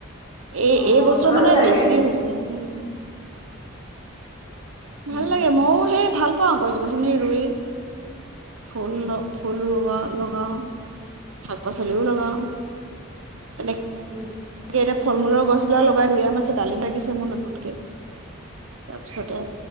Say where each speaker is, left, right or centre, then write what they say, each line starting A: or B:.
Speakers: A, on the right (about 80°); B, on the left (about 25°).
A: এই,
B: অ
A: এই বছৰ
B: ভাল
A: মানে
B: লাগে
A: বেছি হৈছে। উম।
B: উম
A: ভাল লাগে ময়ো সেই ভাল পাওঁ গছ, গছনি ৰুই, ফুল ফুল ৰুৱা, লগাওঁ শাক, পাচলিও লগাওঁ তেনে
B: উম।
A: এতিয়া ফল মূলৰ গছ বিলাক লগাই মধুৰিআম আছে, ডালিম লাগিছে মোৰ নতুনকে তাৰপিছতে